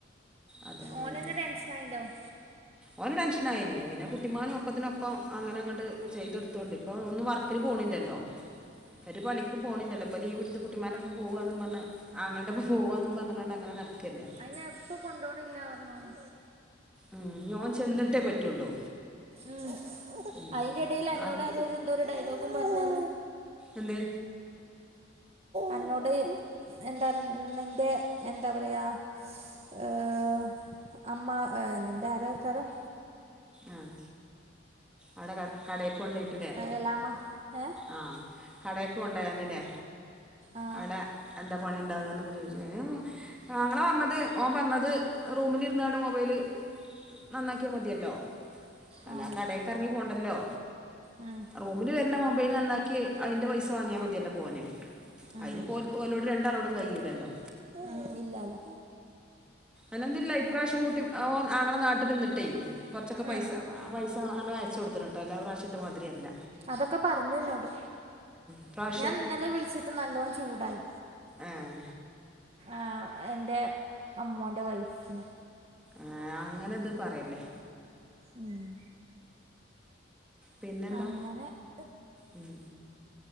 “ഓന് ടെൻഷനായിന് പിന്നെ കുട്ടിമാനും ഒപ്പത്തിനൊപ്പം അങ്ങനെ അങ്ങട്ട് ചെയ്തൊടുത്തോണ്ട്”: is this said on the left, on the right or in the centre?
Centre